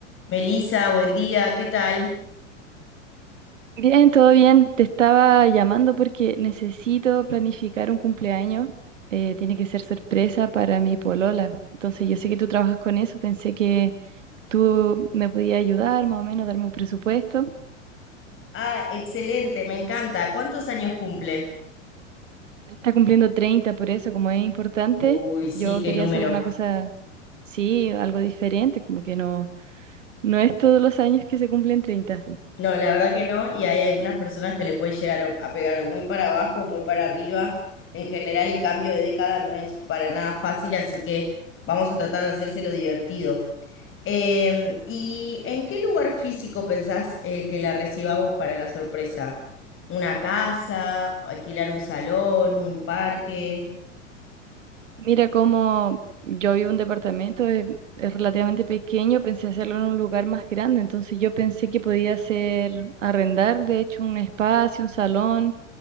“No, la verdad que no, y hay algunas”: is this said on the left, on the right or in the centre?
Left